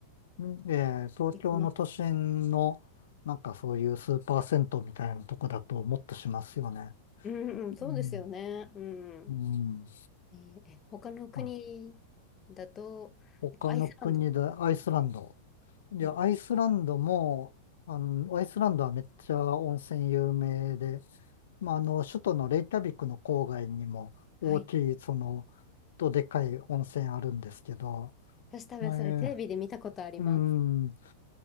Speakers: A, on the left; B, on the left.
A: うんええ、東京の都心の、
B: できます。
A: なんかそういうスーパー銭湯みたいなとこだともっとしますよね。
B: うんうん、そうですよね。
A: うん、
B: うん。
A: うん。
B: えーえ他の国だと、
A: あ、他の国でアイスランド。
B: えっと、アイスランド。
A: いや、
B: うん、
A: アイスランドも、あの、アイスランドはめっちゃ温泉有名で、まあ、あの、首都のレイキャビクの郊外にも大きい、
B: はい。
A: その、とでかい温泉あるんですけど、
B: 私多分それテレビで見たことあります。
A: えー、うん、